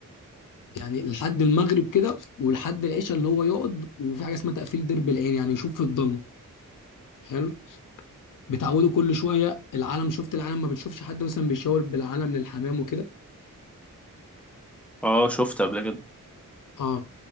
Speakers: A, on the left (about 70°); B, in the centre.
A: يعني لحد المغرب كده ولحد العشاء اللي هو يقعد وفي حاجه اسمها تقفيل درب العين يعني يشوف في الضلمه حلو بتعودوا كل شويه العلم شفت العلم ما بتشوفش حد مثلا بيشاور بالعلم للحمام وكده
B: اه شفت قبل كده
A: اه